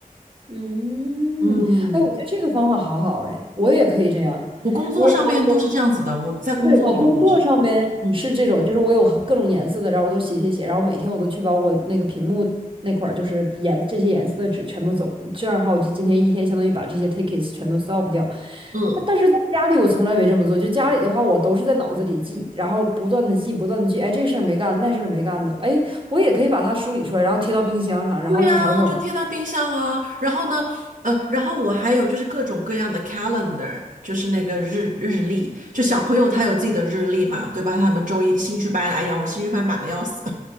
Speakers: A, on the right (about 35°); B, on the right (about 65°).
A: 嗯，
B: 嗯
A: 哎，我觉得这个方法好好哎，我也可以这样。
B: 我工作上面都是这样子的，
A: 我我我
B: 我在工作里面也是，
A: 对，我工作上面是这种，
B: 嗯
A: 就是我有各种颜色的，然后我都写写写，然后每天我都去把我那个屏幕那块儿就是颜这些颜色的纸全都走，这样的话我就今天一天相当于把这些 tickets 全都 solve 掉。
B: 嗯。
A: 呃但是在家里我从来没这么做，就家里的话我都是在脑子里记，然后不断的记，不断的记，哎这事儿没干，那事儿没干的，哎我也可以把它梳理出来，然后贴到冰箱上，然后一条一条往上
B: 对啊，就贴在冰箱啊。然后呢，呃，然后我还有就是各种各样的 calendar，就是那个日日历，就小朋友他有自己的日历嘛，对吧？他们周一的兴趣班，哎呀，我兴趣班满的要死。